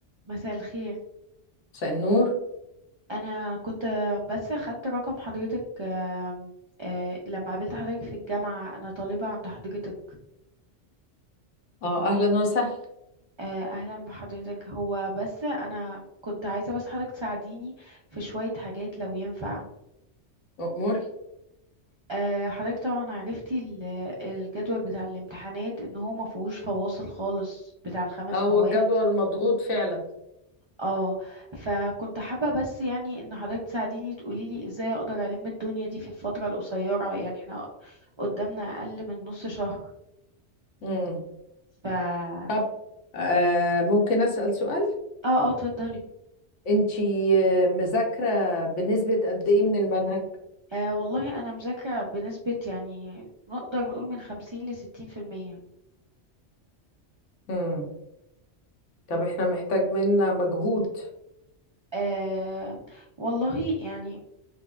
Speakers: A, on the right; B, on the left.
A: مساء الخير
B: مساء النور
A: انا كنت بس اخدت رقم حضرتك آم، آه، لما قابلت حضرتك في الجامعة انا طالبة عند حضرتك
B: اه اهلا وسهلا
A: آه، اهلا بحضرتك هو بس انا كنت عايزة بس حضرتك تساعديني في شوية حاجات لو ينفع
B: اموري
A: آه، حضرتك طبعا عرفتي ال- الجدول بتاع الامتحانات ان هو ما فيهوش فواصل خالص بتاع الخمس
B: اه هو
A: مواد
B: الجدول مضغوط فعلا
A: اه فكنت حابة بس يعني ان حضرتك تساعديني تقولي لي ازاي اقدر الم الدنيا دي في الفترة القصيرة يعني احنا قدامنا اقل من نص شهر
B: امم
A: ف اه
B: طب آه ممكن اسال سؤال
A: اه اتفضلي
B: انتي آه، مذاكره بنسبه قد ايه من المنهج
A: آه والله انا مذاكرة بنسبة يعني نقدر نقول من خمسين لستين في المية
B: امم طب احنا محتاج منا مجهود
A: آه والله يعني